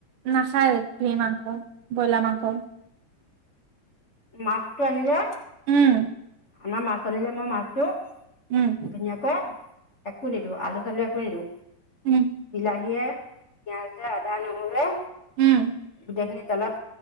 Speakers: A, on the right (about 75°); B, on the left (about 25°).
A: নাখায় ঘ মাংস ব্ৰইলাৰ মাংস।
B: মাছটো আনি যে
A: উম।
B: আানা মাছ আনিলে মই মাছটো
A: উম
B: ধুনীয়াকৈ একো নিদিওঁ আলু চালু একো নিদিওঁ
A: উম
B: বিলাহীয়ে, পিয়াজে আদা নহৰুৱৈ
A: উম
B: গোটেইখিনি। তেলত